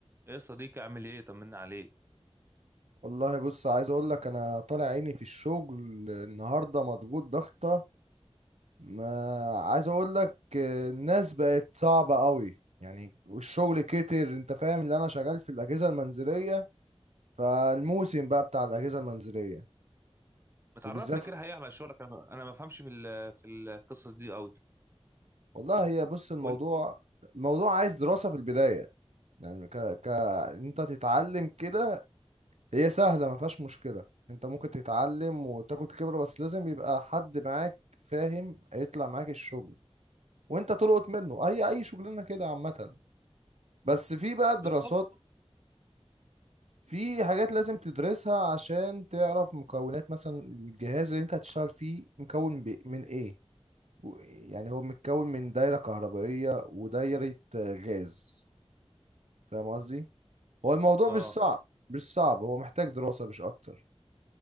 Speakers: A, on the right; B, on the right.
A: ايه يا صديقي عامل ايه طمنا عليك
B: والله بص عايز اقول لك انا طالع عيني في الشغل النهارده مضغوط ضغطه ما عايز اقول لك آه، الناس بقت صعبه قوي يعني والشغل كتر انت فاهم اللي انا شغال في الاجهزه المنزليه فالموسم بقى بتاع الاجهزه المنزليه
A: ما تعرفني
B: وبالذات
A: كده حقيقة على شغلك انا أنا ما بفهمش في ال- في القصص دي قوي
B: والله هي بص الموضوع
A: قول لي
B: الموضوع عايز دراسه في البدايه يعني ك ك انت تتعلم كده هي سهلة ما فيهاش مشكلة انت ممكن تتعلم وتاخد خبرة بس لازم يبقى حد معاك فاهم يطلع معاك الشغل وانت تلقط منه اي اي شغلانة كده عامة بس في بقى دراسات
A: بالظبط
B: في حاجات لازم تدرسها عشان تعرف مكونات مثلا الجهاز اللي انت هتشتغل فيه مكون ب- من ايه و- يعني هو متكون من دايرة كهربائية ودايرة آه، غاز فاهم قصدي هو الموضوع
A: اه
B: مش صعب مش صعب هو محتاج دراسة مش اكتر